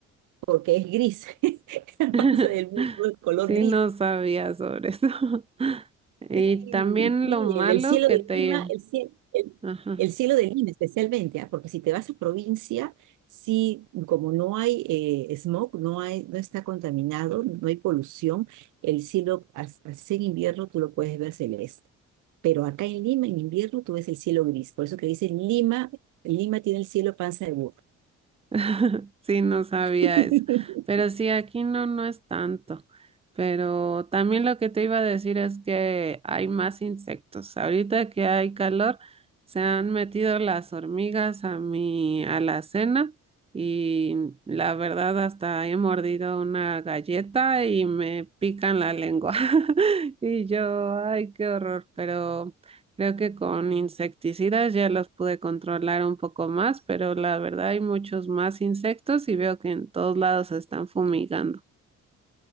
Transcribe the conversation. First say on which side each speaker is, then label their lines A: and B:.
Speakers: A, on the right; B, on the right.
A: porque es gris, <laughs> la
B: <laughs>
A: panza del burro es color
B: Sí,
A: gris.
B: no sabía sobre eso. <laughs> Y
A: Sí,
B: también
A: sí,
B: lo malo
A: el, el cielo
B: que
A: de
B: te...
A: Lima, el, cie- el,
B: Ajá.
A: el cielo de Lima especialmente, ah, Porque si te vas a provincia, sí, como no hay eh, smog, no hay, no está contaminado, no hay polución, el cielo, as- así en invierno tú lo puedes ver celeste. Pero acá en Lima, en invierno, tú ves el cielo gris. Por eso que dicen Lima, Lima tiene el cielo panza de burro.
B: <laughs> Sí, no sabía
A: <laughs>
B: eso. Pero sí, aquí no, no es tanto. Pero también lo que te iba a decir es que hay más insectos. Ahorita que hay calor, se han metido las hormigas a mi alacena y la verdad hasta he mordido una galleta y me pican la lengua. <laughs> Y yo, ay, qué horror, pero... Creo que con insecticidas ya los pude controlar un poco más, pero la verdad hay muchos más insectos y veo que en todos lados se están fumigando.